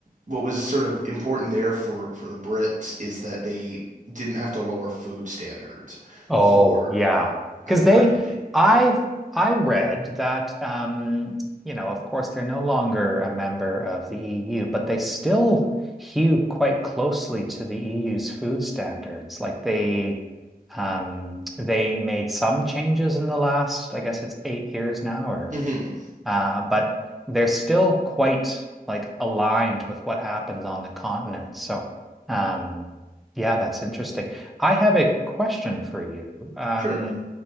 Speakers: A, on the right (about 50°); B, in the centre.
A: what was sort of important there for for the Brits is that they didn't have to lower food standards
B: Oh,
A: for
B: yeah. Because
A: American
B: they,
A: beef.
B: I've, I read that, um, you know, of course, they're no longer a member of the EU, but they still hew quite closely to the EU's food standards. Like they, um, they made some changes in the last, I guess it's eight years now, or
A: hmm
B: uh, but they're still quite like aligned with what happens on the continent. So, um, yeah, that's interesting. I have a question for you. Um,
A: Sure.